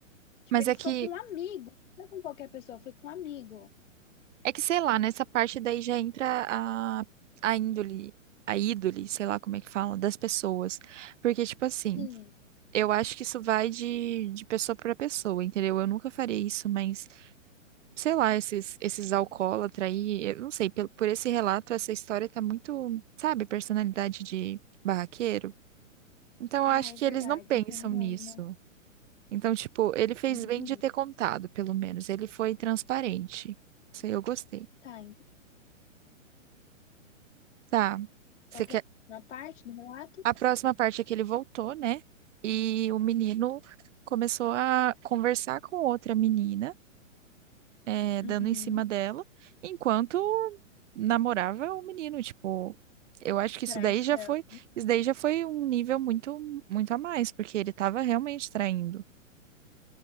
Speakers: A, on the left (about 65°); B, on the right (about 65°).
A: Tipo,
B: Mas
A: ele
B: é
A: ficou
B: que,
A: com um amigo, não com qualquer pessoa, foi com um amigo.
B: é que sei lá, nessa parte daí já entra a, a índole, a ídole, sei lá como é que fala, das pessoas. Porque, tipo assim,
A: Sim.
B: eu acho que isso vai de, de pessoa para pessoa, entendeu? Eu nunca faria isso, mas. sei lá, esses, esses alcoólatra aí, eu não sei, pelo, por esse relato, essa história tá muito, sabe, personalidade de barraqueiro. Então, eu
A: Ah,
B: acho
A: é
B: que
A: verdade,
B: eles não pensam
A: não tá nem
B: nisso.
A: aí, né?
B: Então, tipo, ele fez
A: Uhum.
B: bem de ter contado, pelo menos. Ele foi transparente. Isso aí eu gostei.
A: Tá, então,
B: Tá. Você
A: qualquer
B: quer...
A: uma parte do relato?
B: A próxima parte é que ele voltou, né? E o menino começou a conversar com outra menina. é,
A: Uhum.
B: dando em cima dela, enquanto namorava o menino, tipo, eu acho que
A: Traição.
B: isso daí já foi, isso daí já foi um nível muito, muito a mais, porque ele tava realmente traindo.